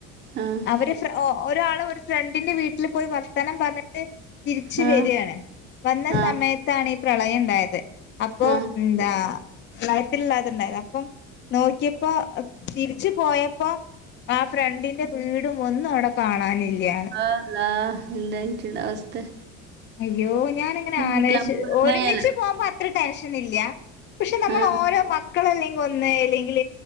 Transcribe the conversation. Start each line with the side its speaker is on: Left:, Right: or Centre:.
Right: ആഹ്
Left: അവര് ഒരാള് ഒരു ഫ്രണ്ടിന്റെ വീട്ടിൽ പോയി വർത്താനം പറഞ്ഞ തിരിച്ച്
Right: ആ
Left: വരാണ് വന്ന
Right: ആ
Left: സമയത്താണ് ഈ പ്രളയം ഉണ്ടായത്. അപ്പൊ
Right: ആ
Left: ന്താ നയത്തി ല്ലാത്ണ്ടായതാ നോക്കിയപ്പോ തിരിച്ച് പോയപ്പം ആ ഫ്രണ്ടിന്റെ, വീടും ഒന്നും അവിടെ കാണാനില്യന്ന്
Right: ആഹ് അള്ളാ എന്തായിരിക്കും ലെ അവസ്ഥ.
Left: അയ്യോ ഞാാനിങ്ങനെ
Right: ചിന്തിക്കാൻ
Left: ആലോചിച്ച്
Right: പോലും
Left: ഒരുമിച്ച്
Right: കഴിയല്ല
Left: പോകുമ്പോ അ അത്ര ടെൻഷൻ ഇല്യ പക്ഷെ നമ്മൾ
Right: ആ
Left: ഓരോ മക്കളല്ലെങ്കിൽ ഒന്ന് അല്ലെങ്കിൽ